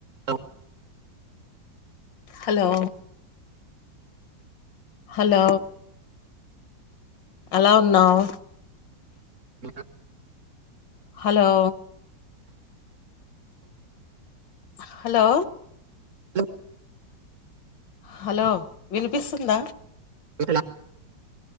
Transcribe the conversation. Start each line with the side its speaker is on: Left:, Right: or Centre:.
Right: తం
Left: హలో హలో ఎలా ఉన్నావు
Right: ఇగ
Left: హలో హలో
Right: హ
Left: హలో వినిపిస్తుందా
Right: లా